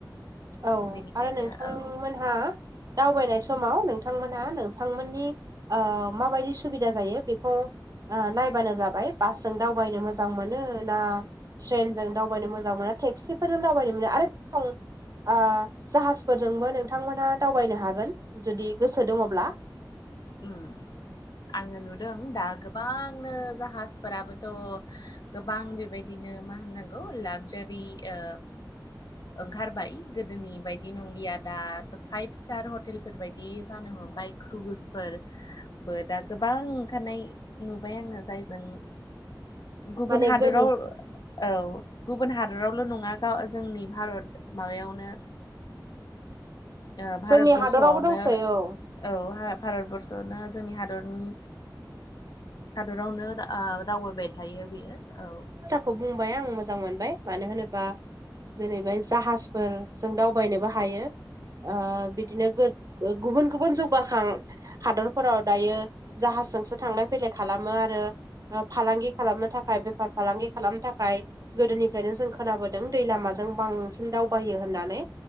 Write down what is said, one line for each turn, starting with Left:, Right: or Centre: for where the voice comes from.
Right: औ
Left: बेनिखायनो
Right: आरो नोंथांमोनहा
Left: औ
Right: दावबायनाय समाव नोंथांमोनहा नोंथांमोननि ओ माबायदि सुबिदा जायो बेखौ ओ नायबानो जाबाय बासजों दावबायनो मोजां मोनो ना ट्रेनजों दावबायनो मोजां मोनो टेक्सिफोरजों दावबायनो मोनो आरो दं ओ जाहाजफोरजोंबो नोंथांमोनहा दावबायनो हागोन जुदि गोसो दङब्ला,।
Left: उम आङो नुदों दा गोबांनो जाहाजफोराबोथ' गोबां बेबायदिनो मा होननांगौ लाक्जारि ओ ओंखारबाय गोदोनि बायदि नंलिया दाथ' फाइभ स्टार हटेल फोरबायदि जानो हमबाय क्रुज फोरबो दा गोबां ओंखारनाय नुबाय आङो जायजों गुबुन
Right: माने
Left: हादराव
Right: गोनो
Left: औ गुबुन हादरावल' नङा गाव जोंनि भारत माबायावनो ओ भारतबर्स'आवनो
Right: जोंनि हादरावबो दंसै औ
Left: औ हा भारतबर्स आवनो जोंनि हादरनि हादरावनो ओ दावबायबाय थायो बियो औ।
Right: खौ बुंबाय आं मोजां मोनबाय मानो होनोबा जेरैबे जाहाजफोर जों दावबायनोबो हायो ओ बिदिनो गो गुबुन गुबुन जौगाखां हादरफोराव दायो जाहाजजोंसो थांलाय फैलाय खालामो आरो फालांगि खालामनो थाखाय बेफार फालांगि खालामनो थाखाय गोदोनिफ्रायनो जों खोनाबोदों दै लामाजों बांसिन दावबायो होननानै